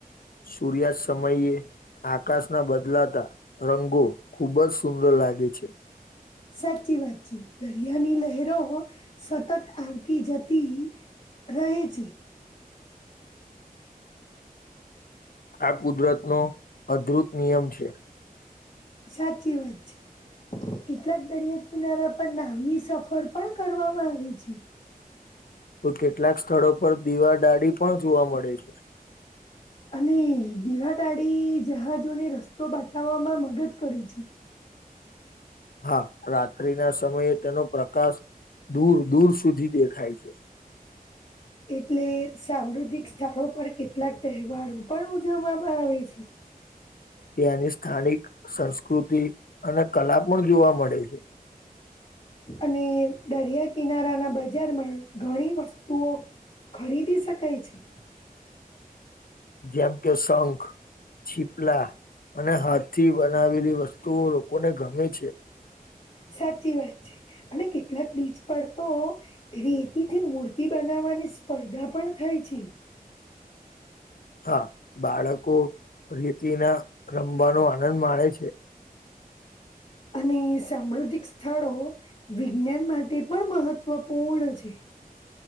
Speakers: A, on the left; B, on the left.
A: સૂર્યાસ્ સમયે આકાશના બદલાતા રંગો ખૂબ જ સુંદર લાગે છે.
B: સાચી વાતચીત છે દરિયાની લહેરો સતત આવતી જતી રહી છે.
A: આ કુદરતનો અદભુત નિયમ છે.
B: સાચી વાત છે. કેટલાક દરિયા કિનારા પર નાંની સફર પણ કરવામાં આવી છે.
A: તો કેટલાક સ્થળો પર દીવા ડાડી પણ જોવા મળે છે.
B: અને દીવાદાળી જહાજોને રસ્તો બતાવવામાં મદદ કરી છે.
A: <inaudible> હા રાત્રિ ના સમયે તેનો પ્રકાશ દૂર દૂર સુધી દેખાય છે.
B: એટલે સામૃધિક સ્થળો પર કેટલાક તહેવારો પણ ઉજવવામાં આવે છે.
A: ત્યાંની સ્થાનિક સંસ્કૃતિ અને કલા પણ જોવા મળે છે.
B: અને દરિયા કિનારા ના બજારમાં ઘણી વસ્તુઓ ખરીદી શકાય છે.
A: જેમ કે શંખ છીપલા અને હાથ થી બનાવેલી વસ્તુઓ લોકોને ગમે છે.
B: સાચી વાત છે. અને કેટલાક બીચ પર તો રેતીથી મૂર્તિ બનાવવાની સ્પર્ધા પણ થાય ય છી
A: <inaudible> હા બાળકો રેતિના રમવાનો આનંદ માણે છે.
B: અને સામૃદિક સ્થળો વિજ્ઞાન માટે પણ મહત્વપૂર્ણ છે.